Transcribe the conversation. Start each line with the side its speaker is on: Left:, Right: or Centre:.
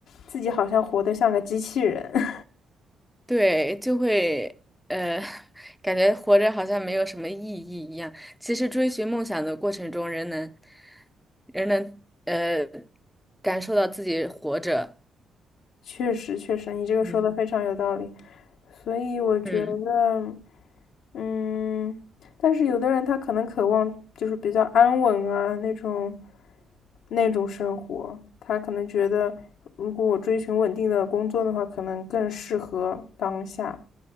Left: 自己好像活得像个机器人。<laughs>
Centre: 对，就会呃，<laughs> 感觉活着好像没有什么意义一样。其实追寻梦想的过程中，人能人能呃感受到自己活着，
Left: 确实，确实，你这个说的非常有道理，
Centre: 嗯
Left: 所以我觉得，
Centre: 嗯
Left: 嗯，但是有的人他可能渴望就是比较安稳啊那种，那种生活，他可能觉得如果我追寻稳定的工作的话，可能更适合当下。